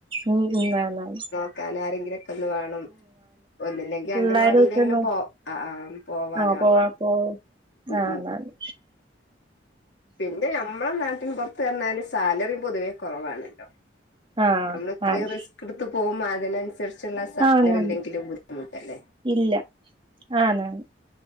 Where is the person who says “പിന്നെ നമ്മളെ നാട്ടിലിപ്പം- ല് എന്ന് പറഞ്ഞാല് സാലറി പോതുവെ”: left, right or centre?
Left